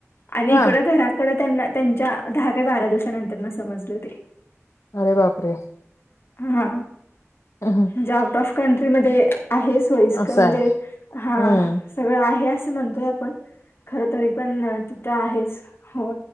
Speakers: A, on the left; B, on the left.
A: आणि
B: हा
A: इकड घरा कडं त्यांना त्यांच्या दहा का बारा दिवसानंतर न समजले ते
B: अरे बापरे
A: हां
B: अ हां
A: ज्या आउट ऑफ कंट्री मध्ये आहे सोयस्कर
B: असं
A: म्हणजे
B: आहे
A: हा
B: हम्म
A: सगळं आहे असं म्हणतोय आपण खर तरी पण तिथं आहेच हो